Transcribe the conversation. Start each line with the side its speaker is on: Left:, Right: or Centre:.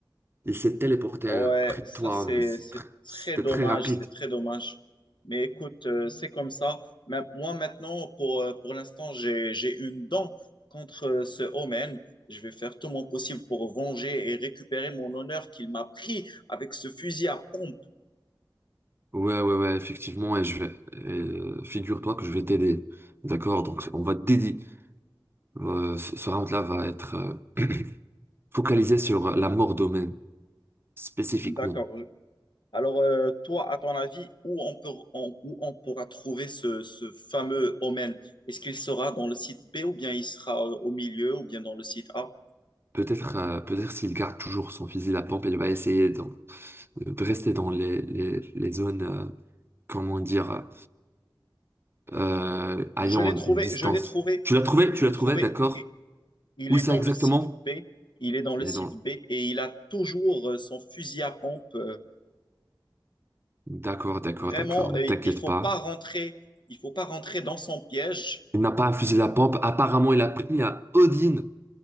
Right: Il s'est téléporté
Left: Ouais,
Right: près
Left: ça
Right: de toi,
Left: c'est
Right: mais c'est
Left: c'est
Right: tr- c'était
Left: très dommage,
Right: très rapide.
Left: c'est très dommage. Mais écoute, euh, c'est comme ça. Mais moi maintenant, pour, euh, pour l'instant, j'ai, j'ai une dent contre euh, ce Omen. Je vais faire tout mon possible pour venger et récupérer mon honneur qu'il m'a pris avec ce fusil à pompe.
Right: Ouais, ouais, ouais, effectivement, et je vais, et, euh, figure-toi que je vais t'aider. D'accord? Donc, on va te dédier. Euh, ce ce round-là va être euh, <clears throat> focalisé sur la mort d'Omen, spécifiquement.
Left: D'accord. je- Alors, euh, toi, à ton avis, où on peut, on- où on pourra trouver ce, ce fameux Omen? Est-ce qu'il sera dans le site B ou bien il sera euh, au milieu ou bien dans le site A?
Right: Peut-être euh, peut-être s'il garde toujours son fusil à pompe, il va essayer d'en- de rester dans les, les, les zones, euh, comment dire, euh,
Left: Je
Right: ayant
Left: l'ai trouvé,
Right: une distance.
Left: je l'ai trouvé,
Right: Tu l'as trouvé?
Left: je
Right: Tu
Left: l'ai
Right: l'as trouvé,
Left: trouvé.
Right: d'accord?
Left: Et il
Right: Où
Left: est
Right: ça
Left: dans
Right: exactement?
Left: le site B, il est dans le
Right: Il
Left: site
Right: est dans...
Left: B et il a toujours euh, son fusil à pompe. euh,
Right: D'accord, d'accord,
Left: Vraiment,
Right: d'accord, ne
Left: euh,
Right: t'inquiète
Left: il faut
Right: pas.
Left: pas rentrer, il faut pas rentrer dans son piège.
Right: Il n'a pas infusé la pompe. Apparemment, il a pris un Odin.